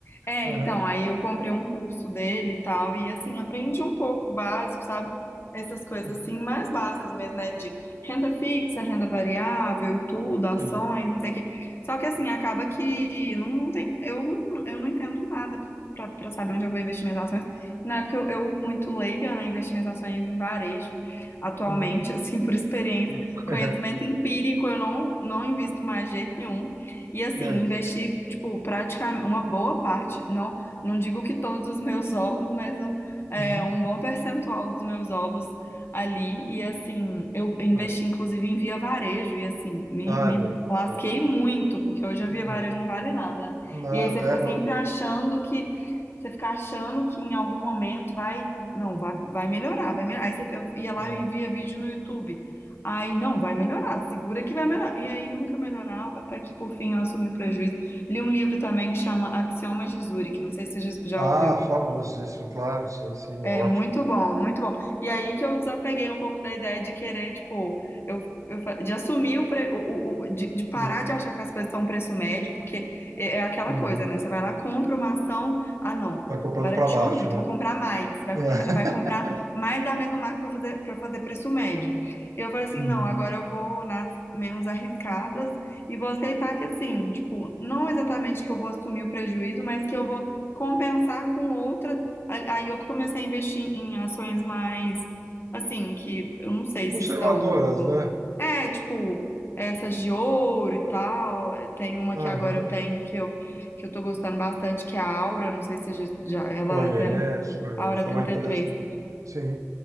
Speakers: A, on the left; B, on the right.
A: É,
B: Aham.
A: então, aí eu comprei um curso dele e tal, e assim, aprendi um pouco o básico, sabe? Essas coisas
B: Uhum.
A: assim, mais básicas mesmo, né? De renda fixa, renda variável e tudo, ações,
B: Sim.
A: não sei o quê. Só que assim, acaba que não, não tem, eu não, eu não entendo nada pra pra saber onde eu vou investir minhas ações. Na época eu, eu muito leiga, né? Investi minhas ações em varejo, atualmente,
B: Uhum.
A: <laughs> assim, por experiência,
B: <laughs>
A: conhecimento empírico, eu não, não invisto mais de jeito nenhum. E assim,
B: É
A: investi,
B: isso.
A: tipo, praticamente uma boa parte, não, não digo que todos os meus <laughs> ovos, mas um, é,
B: Uhum.
A: um bom percentual dos meus ovos ali. E assim, eu investi
B: Ai,
A: inclusive em via varejo, e assim, me,
B: Ai,
A: me
B: meu Deus
A: lasquei
B: do céu.
A: muito, porque hoje a
B: Não,
A: via varejo não vale nada.
B: Nada,
A: E aí você fica
B: é, não.
A: sempre achando que, você fica achando que em algum momento vai, não, vai, vai melhorar, vai melhorar. Aí você, eu ia lá
B: não.
A: e via vídeo no YouTube. Aí, não, vai melhorar, segura que vai melhorar. E aí nunca melhorava, até que por fim eu assumi o prejuízo. Li um livro também que chama Axiomas de Zurich, não sei se você já já
B: Ah,
A: ouviu.
B: famosíssimo, claro, sim, sim,
A: É
B: é ótimo.
A: muito
B: sim.
A: bom, muito bom. E aí que eu desapeguei um pouco da ideia de querer, tipo, eu, eu fa- de assumir o, pre- o, o- o- de, de parar
B: Uhum.
A: de achar que as coisas são um preço médio, porque é, é aquela
B: Uhum.
A: coisa, né? Você vai lá, compra uma ação, ah, não,
B: Vai comprando
A: barateou
B: para baixo,
A: muito,
B: né?
A: vou comprar mais. Vai,
B: É.
A: co- na- vai comprar
B: <laughs>
A: mais da mesma marca para fazer, para fazer preço médio. E eu falei assim,
B: Uhum.
A: não, agora eu vou nas menos arriscadas e vou aceitar que assim, tipo, não exatamente que eu vou assumir o prejuízo, mas que eu vou compensar com outras a- Aí eu comecei a investir em ações mais, assim, que eu não sei se
B: Conservadoras,
A: são boas
B: né?
A: É, tipo, essas de ouro e tal. Tem uma
B: Aham.
A: que agora eu tenho que eu, que eu tô gostando bastante, que é a Aura. Não sei se você já, já- ela
B: Conheço,
A: até.
B: conheço.
A: Aura trinta
B: É uma empresa.
A: e três
B: Sim.